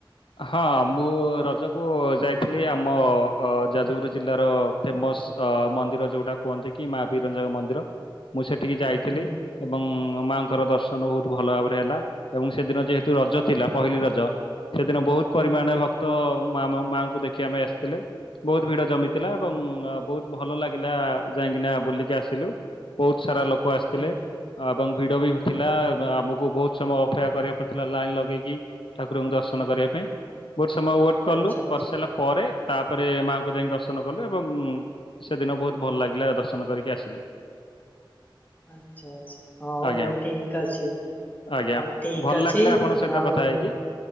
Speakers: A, on the left; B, on the left.
A: ହଁ ମୁଁ ରଜକୁ ଯାଇଥିଲି ଆମ ଯାଜପୁର ଜିଲ୍ଲାର ଫେମସ୍ ଅ ମନ୍ଦିର ଯୋଉଟା କୁହନ୍ତି କି ମା ବିରଜାଙ୍କ ମନ୍ଦିର। ମୁଁ ସେଠିକି ଯାଇଥିଲି
B: ହୁଁ
A: ଏବଂ ମାଙ୍କର ଦର୍ଶନ ବହୁତ ଭଲ ଭାବରେ ହେଲା ଏବଂ ସେଦିନ ଯେହେତୁ ରଜ ଥିଲା ପହିଲି ରଜ ସେଦିନ ବହୁତ ପରିମାଣ
B: ହୁଁ
A: ଭକ୍ତ ମ ମାଙ୍କୁ ଦେଖି ଆମେ ଆସିଥିଲେ ବହୁତ ଭିଡ ଜମିଥିଲା ଏବଂ ବହୁତ ଭଲ ଲାଗିଲା। ଯା କାହିଁକି ନା ବୁଲିକି ଆସିଲୁ ବହୁତ ସାରା ଲୋକ ଆସିଥିଲେ।
B: ହୁଁ
A: ଆ ଏବଂ ଭିଡ ବି ଥିଲା ଆମକୁ ବହୁତ ସମୟ ଅପେକ୍ଷା କରିବାକୁ ପଡିଥିଲା ଲାଇନ ଲଗେଇକି ଠାକୁରଙ୍କୁ ଦର୍ଶନ କରିବା ପାଇଁ ବହୁତ ସମୟ ୱେଟ କଲୁ
B: ଆଚ୍ଛା ଆଚ୍ଛା
A: କରିସାରିଲା ପରେ ତାପରେ ମା ଙ୍କୁ ତାକୁ ଯାଇକି ଦର୍ଶନ କଲୁ ଏବଂ ସେଦିନ ବହୁତ ଭଲ ଲାଗିଲା ଦର୍ଶନ କରିକି ଆସିଲୁ।
B: ଆଛା ଆଛା ହଉ
A: ଆଜ୍ଞା
B: ହଉ ଠିକ୍ ଅଛି।
A: ଆଜ୍ଞା
B: ହଉ ଠିକ
A: ଭଲ
B: ଅଛି
A: ଲାଗିଲା ଆପଣଙ୍କ ସହିତ
B: ଆଉ
A: କଥା ହେଇକି।